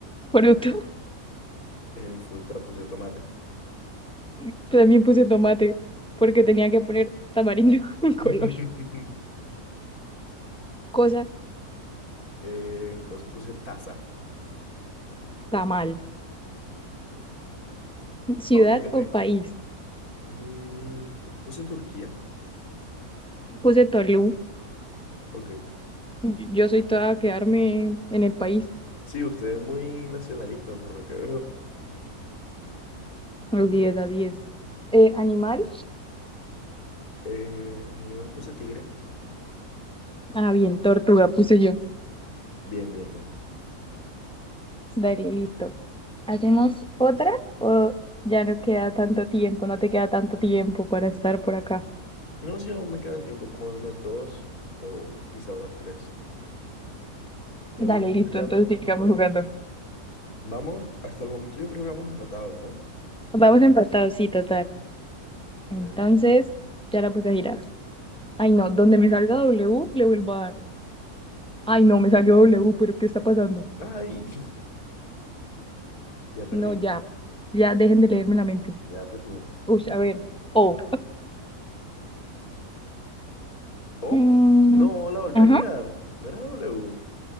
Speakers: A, in the centre; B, on the left.
A: Fruto.
B: en fruta puse tomate,
A: <laughs> También puse tomate, porque tenía que poner tamarindo <laughs> en color.
B: <laughs>
A: Cosa,
B: en cosa puse taza.
A: tamal. Ciudad
B: Ok, ok.
A: o país.
B: Mm, puse Turquía.
A: Puse Tolú.
B: Ok.
A: Yo soy toda a quedarme en el país.
B: Sí, usted es muy nacionalista por lo que veo.
A: Los diez a diez Eh, animal,
B: Eh, en animal puse tigre.
A: Ah, bien, tortuga puse yo.
B: Bien, bien, bien.
A: Dale, listo. ¿Hacemos otra o ya no queda tanto tiempo? No te queda tanto tiempo para estar por acá.
B: No, si aún me quedan tiempo como de unas dos o quizá unas tres. Ya
A: Dale,
B: vendiendo
A: listo,
B: qué tanto
A: entonces
B: nos
A: sigamos
B: apruebas.
A: jugando.
B: Vamos, hasta el momento yo creo que vamos empatados, ¿no?
A: Vamos empatados, sí, total.
B: Bueno.
A: Entonces, ya la puse a girar. Ay, no, donde me salga W, le vuelvo a dar. Ay, no, me salió W, pero ¿qué está pasando?
B: Ay, <laughs> ya perdió,
A: No, ya, ya dejen de leerme la mente.
B: ya perdió.
A: Uy, a ver, O.
B: Oh,
A: Mm,
B: no, la volvió
A: ajá,
B: a girar. No era W.